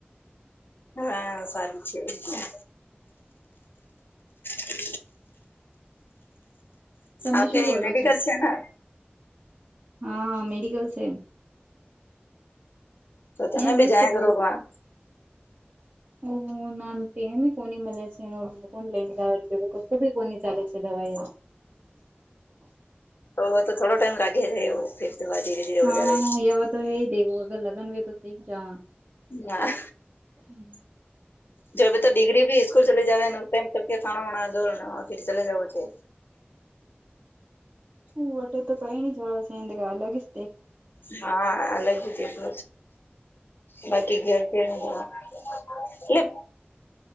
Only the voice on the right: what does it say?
તમે
શું કરો
છો
હા મેડિકલ છે
અયાન જઈશ
તો બહુ
હુનમુનામ તે બી કોની મળે છે, <unintelligible> કો લઈનેે બી કોની ચાલે છે દવાઈ <inaudible>
હા
એવોતો હે દેગો ગર લગ્ન વે તો કેક જાવા,
હમ્મ
શું વટે તો કઈ ની જવા છેદ એ અલગીચ